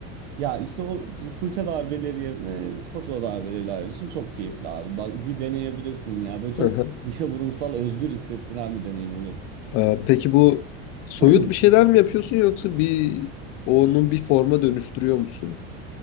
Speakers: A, on the right (about 80°); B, on the left (about 45°).
A: Ya işte o fırça darbeleri yerine spatula darbeleriyle ayrılıyorsun. Çok keyifli abi. Bak bir deneyebilirsin ya. Böyle çok
B: Aha.
A: dışa vurumsal özgür hissettiren bir deneyim oluyor.
B: Ee, peki bu soyut
A: <laughs>
B: bir şeyler mi yapıyorsun yoksa bir onun bir forma dönüştürüyor musun?